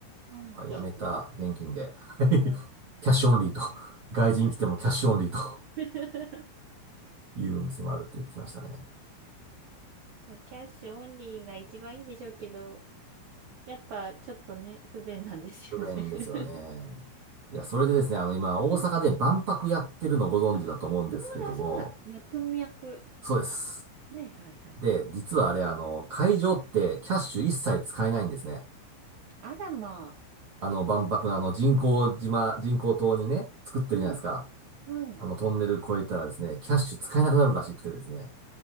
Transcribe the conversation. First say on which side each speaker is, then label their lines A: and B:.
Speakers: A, on the right; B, on the right.
A: うん、
B: あ、
A: 現金。
B: やめた、現金で。<laughs>
A: ああ、うん
B: キャッシュオンリーと。<laughs> 外人来てもキャッシュオンリーと
A: なるほど。<laughs>
B: いうお店もあるって聞きましたね。
A: うんまあ、キャッシュオンリーが一番いいんでしょうけど、やっぱちょっとね、不便なんですよね。
B: 不便ですよね。
A: <laughs>
B: いや、それでですね、あの、今、大阪で万博やってるのご存知だと思うんですけども、
A: うん。あ、そうだそうだ。脈々。
B: そうです。
A: はいはいはい。
B: で、実はあれ、あの、会場ってキャッシュ一切使えないんですね。
A: あらま
B: あの、万博のあの、人工島、人工島にね、作ってるじゃないですか。
A: あ。はい。はい。
B: あの、トンネル越えたらですね、キャッシュ使えなくなるらしくてですね。